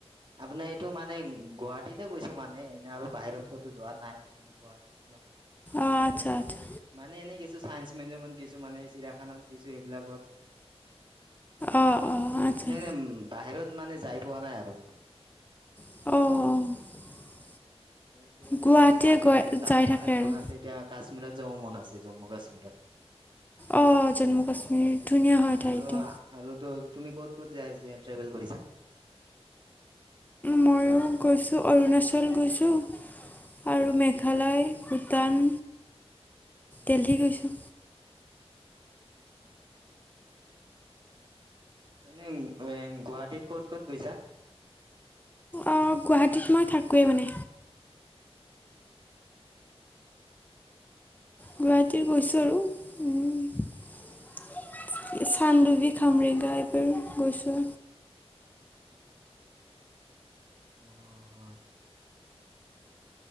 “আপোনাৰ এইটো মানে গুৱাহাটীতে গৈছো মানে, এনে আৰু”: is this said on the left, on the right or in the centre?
Right